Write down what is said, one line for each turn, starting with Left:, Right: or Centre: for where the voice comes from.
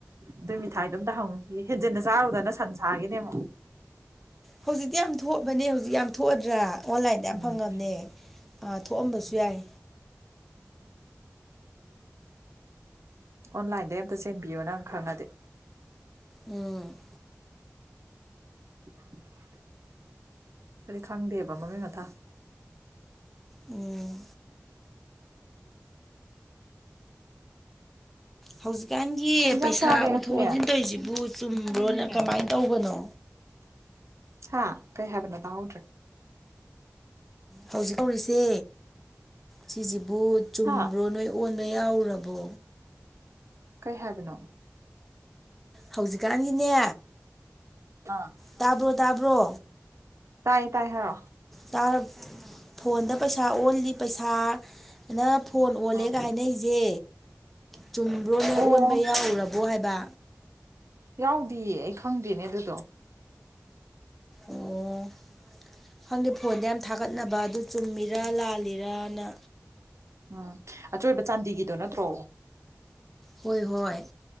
Right: ꯑꯗꯨꯏ ꯃꯤꯊꯥꯏꯗꯣꯝ ꯇꯥ ꯍꯪꯉꯨꯈꯤ ꯍꯦꯟꯖꯤꯟꯅ ꯆꯥꯔꯨꯗꯅ ꯁꯟ ꯁꯥꯈꯤꯅꯦꯛ
Centre: ꯍꯧꯖꯤꯛꯇꯤ ꯌꯥꯝ ꯊꯣꯛꯑꯕꯅꯦ ꯍꯧꯖꯤꯛ ꯌꯥꯝ ꯊꯣꯛꯑꯗ꯭ꯔꯥ ꯑꯣꯟꯂꯥꯏꯟꯗ ꯌꯥꯝ
Right: ꯎꯝ
Centre: ꯐꯪꯉꯕꯅꯦ ꯊꯣꯛꯑꯝꯕꯁꯨ ꯌꯥꯏ
Right: ꯑꯣꯟꯂꯥꯏꯟꯗꯩ ꯑ ꯑꯃꯇ ꯆꯦꯟꯕꯤꯌꯣ ꯅꯪ ꯈꯪꯉꯗꯤ
Centre: ꯎꯝ
Right: <unintelligible> ꯀꯔꯤ ꯈꯪꯗꯦꯕ ꯃꯃꯤꯡ ꯃꯊꯥ
Centre: ꯎꯝ ꯍꯧꯖꯤꯛꯀꯥꯟꯒꯤ
Right: ꯀꯩ ꯏꯟꯖꯥꯡ
Centre: ꯄꯩꯁꯥ
Right: ꯆꯥꯒꯦ
Centre: ꯑꯣꯟꯊꯣꯛ
Right: ꯉꯁꯤ
Centre: ꯑꯣꯟꯁꯤꯟ ꯇꯧꯔꯤꯁꯤꯕꯨ ꯆꯨꯝꯕ꯭ꯔꯣꯅ ꯀꯃꯥꯏꯅ ꯇꯧꯕꯅꯣ
Right: ꯍꯥ ꯀꯩ ꯍꯥꯏꯕꯅ ꯇꯥꯍꯧꯗ꯭ꯔꯦ
Centre: ꯍꯧꯖꯤꯛ ꯍꯧꯔꯤꯁꯦ ꯁꯤꯁꯤꯕꯨ ꯆꯨꯝꯕ꯭ꯔꯣ
Right: ꯍꯥ
Centre: ꯅꯣꯏ ꯑꯣꯟ ꯃ ꯌꯥꯎꯔꯕꯣ
Right: ꯀꯩ ꯍꯥꯏꯕꯅꯣ
Centre: ꯍꯧꯖꯤꯛꯀꯥꯟꯒꯤꯅꯦ
Right: ꯑꯥ
Centre: ꯇꯥꯕ꯭ꯔꯣ ꯇꯥꯕ꯭ꯔꯣ
Right: ꯇꯥꯏ ꯇꯥꯏ ꯍꯥꯏꯔꯣ
Centre: ꯇꯔꯞ ꯐꯣꯟꯗ ꯄꯩꯁꯥ ꯑꯣꯜꯂꯤ ꯄꯩꯁꯥꯅ ꯐꯣꯟ
Right: ꯑꯥ
Centre: ꯑꯣꯜꯂꯦꯒ
Right: ꯑꯥ
Centre: ꯍꯥꯏꯅꯩꯁꯦ ꯆꯨꯝꯕ꯭ꯔꯣꯅꯦ
Right: ꯑꯣ
Centre: ꯑꯣꯟꯕ ꯌꯥꯎꯔꯨꯔꯥꯕꯣ ꯍꯥꯏꯕ
Right: ꯌꯥꯎꯗꯤꯌꯦ ꯑꯩ ꯈꯪꯗꯦꯅꯦ ꯑꯗꯨꯗꯣ
Centre: ꯑꯣ ꯈꯪꯗꯦ ꯐꯣꯟꯗ ꯌꯥꯝ ꯊꯥꯒꯠꯅꯕ ꯑꯗꯨ ꯆꯨꯝꯃꯤꯔꯥ ꯂꯥꯜꯂꯤ ꯔꯥꯅ
Right: ꯎꯝ ꯑꯆꯣꯏꯕ ꯆꯥꯟꯗꯤꯒꯤꯗꯣ ꯅꯠꯇ꯭ꯔꯣ
Centre: ꯍꯣꯏ ꯍꯣꯏ